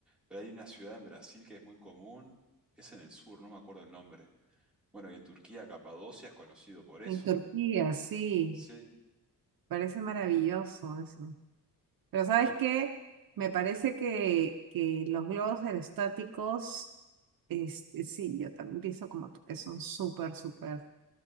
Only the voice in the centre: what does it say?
pero hay una ciudad en Brasil que es muy común, es en el sur, no me acuerdo el nombre. Bueno, y en Turquía, Capadocia es conocido por eso.
Sí,
bueno,